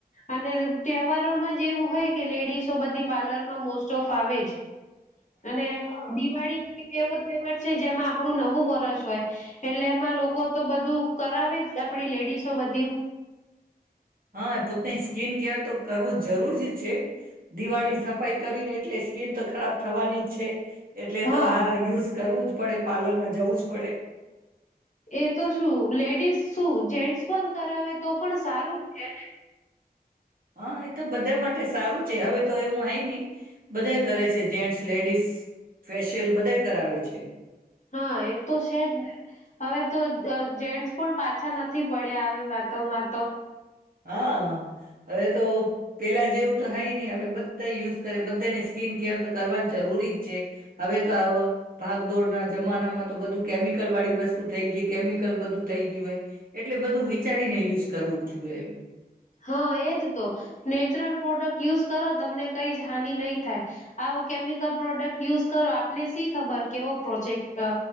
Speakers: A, on the left; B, on the right.
A: અને તહેવારોમાં જ એવું હોય કે લેડીસો બધી પાર્લરમાં મોસ્ટ ઓફ આવે જ. અને દિવાળી તો એક એવો તહેવાર છે જેમાં આપણું નવું વરષ હોય. એટલે એમાં લોકો તો બધું કરાવે જ આપડી લેડીસ. શ બ્યું.
B: હા પોતેની સ્કીન કેર તો કરવું જરૂરી જ છે. દિવાળીની સફાઈ કરીને એટલે સ્કે ખરાબ થવાની છે. એટલે
A: હા
B: તો આ યુઝ કરવું જ પડે પાર્લર માં જવું જ પડે.
A: એ તો શું લેડીસ શું જે <unintelligible> કરાવે તો પણ સારું છે ને.
B: હા એ તો બધા માટે સારું છે હવે તો એવું હય ને બધા કરે છે જેન્ટ્સ લેડીઝ ફેશિયલ બધે કરાવે છે
A: હા એ તો છેજ ને હવે તો જેન્ટ્સ પણ પાછા નથી પડ્યા આવી વાતોમાં તો.
B: હા હવે તો પેલા જેવું તો થાય નહી હવે બધા યુઝ કરે બધાને સ્કીન કેર તો કરવા જ જરૂરી જ છે. હવે તો આ ભાગદોડના જમાનામાં તો બધું કેમિકલ વાળી વસ્તુ થઈ ગઈ કેમિકલ બધું થઈ ગયું હોય એટલે બધું વિચારીને યુઝ કરવું જોઈએ એમ. <inaudible>
A: હા એજ તો નેચરલ પ્રોડક્ટ યુઝ કરો તમને કઈ જ હાનિ નહી થાય આવો કેમિકલ પ્રોડક્ટ યુઝ કરો આપને શી ખબર કેવો પ્રોજેક્ટ